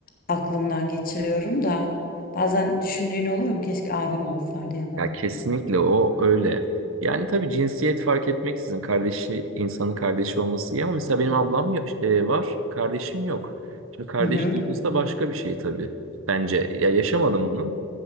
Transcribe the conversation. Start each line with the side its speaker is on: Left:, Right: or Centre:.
Left: aklımdan geçiriyorum da bazen düşündüğün oluyor mu? Keşke abim olsaydı ya da.
Right: Ya kesinlikle o öyle. Yani tabii cinsiyet fark etmeksizin kardeşi insanın kardeşi olması iyi ama mesela benim ablam ya- e, var, kardeşim yok. Şimdi kardeş
Left: Hı hı.
Right: duygusu da başka bir şey tabii. Bence ya yaşamadım onu.